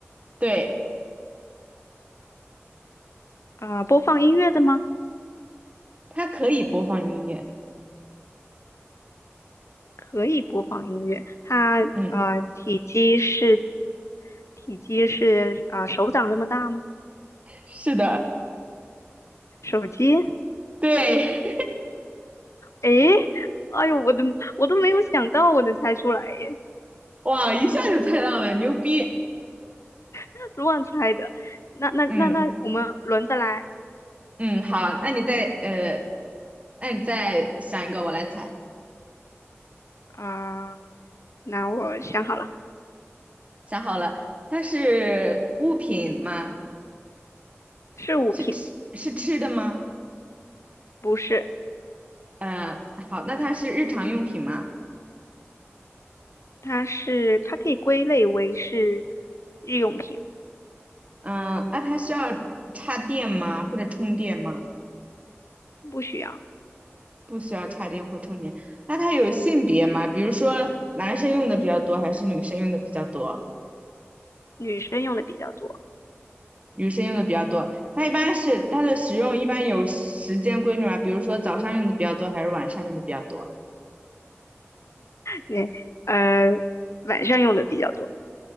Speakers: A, on the right; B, on the left.
A: 对，
B: 呃，播放音乐的吗？
A: 它可以播放音乐。
B: 可以播放音乐。它呃，
A: 嗯，
B: 体积是体积是呃手掌这么大吗？
A: 是的，
B: 手机？
A: 对，
B: 诶，哎呦，我都我都没有想到我能猜出来耶，
A: <laughs> 哇，一下就猜到了，牛逼。
B: <laughs> 乱猜的。那那那那，
A: 嗯
B: 我们轮着来
A: 嗯，好，那你再呃，那你再想一个，我来猜。
B: 啊，那我想好了，
A: 想好了，它是物品吗？
B: 是物品，
A: 是吃是吃的吗？
B: 不是。
A: 呃，好，那它是日常用品吗？
B: 它是它可以归类为是日用品，
A: 嗯，那它需要插电吗？或者充电吗？
B: 不需要，
A: 不需要插电或充电。那它有性别吗？比如说男生用的比较多，还是女生用的比较多？
B: 女生用的比较多，
A: 女生用的比较多。那一般是它的使用一般有时间规律吗？比如说早上用的比较多，还是晚上用的比较多？
B: 对，呃，晚上用的比较多。